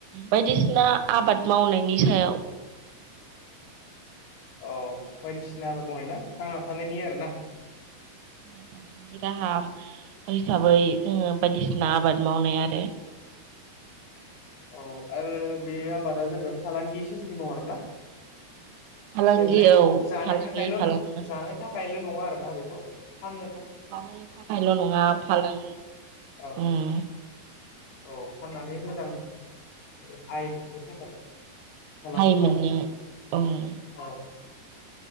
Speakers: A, on the right; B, on the left.
A: बायदिसिना आबाद मावनायनि सायाव।
B: औ बायदिसिना आबाद मावनाय आरोना थांना थानायनि आरो ना
A: थांना थानायनि राहा हिसाबै जोङो बायदिसिना आबाद मावनाय आरो।
B: औ आरो बे आबादा जेनेबा फालांगि सिस्टेमाव आरोना।
A: फालांगि
B: ओरैनो
A: औ
B: जानो
A: फालांगि
B: थाखायल'
A: खालामनो
B: जानो था' नङा आरोखि ना बेखौ थानो
A: लानायनि थाखायल' नङा फालांगि
B: औ
A: उम
B: औ फाननानै मोजां माने आइ मोननो थाखाय खालामनो
A: आइ मोननो
B: सार
A: औ ओ
B: औ